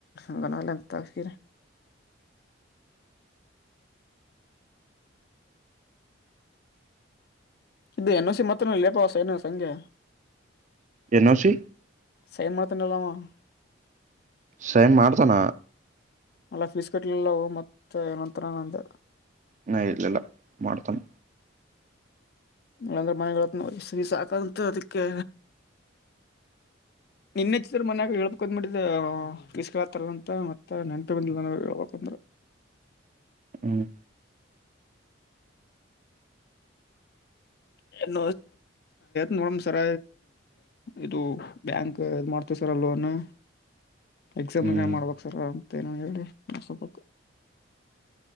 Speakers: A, on the left (about 50°); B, on the right (about 35°).
A: ಉಗನ ಎಂತ ತಾತೀರಿ <inaudible> ಇದು ಎನ್ ಸಿ ಮತ್ರ ಲೇಪ ಸೈನ ಸಂಖ್ಯ
B: ಎನ್ ಓ ಸಿ
A: ಸೈ ಮ ಪತ್ತನಲಾಮ <inaudible>
B: ಸೈನ್ ಮಾಡ್ತಾನ
A: ಅಲ್ಲ ಫೀಸ್ ಕಟ್ಲಿಲ್ಲ ಮತ್ತ ಏನಂತರ ನಂತ
B: ಹ ಇಲ್ಲಲ್ಲ ಮಾಡ್ತನ್
A: ನಂದ್ರೆ ಮನೆಗಳತ್ನ ವಸ ಸಾಕಂತ ಅದಕ್ಕೆ ನಿನ್ನೆಚ್ಚಿದರು ಮನ್ಯಾಗ ಹೇಳ್ಬೇಕಕ್ ಅಂದ್ ಮಾಡಿಟ್ಟಿದ ಬೀಸ್ಕಳತ್ತಾರ ಅಂತ ಮತ್ತೆ ನೆನ್ಪ ಬಂದಿಲ್ಲ ಹೇಳ್ಬ ಅಂದ್ರರು <inaudible>
B: ಹ್ಮ್
A: ಯನ ನೋಡ ಸರ ಇದು ಬ್ಯಾಂಕ್ ಮಾಡ್ತ ಕರಲೋನಾ ಎಕ್ಸಾಮ್ಗ
B: ಹ್ಮ್
A: ಮಾಡ್ಬೇಕಕ್ ಸರ್ ಅಂತ ಏನ ಹೇಳಿ ಸ್ವಪ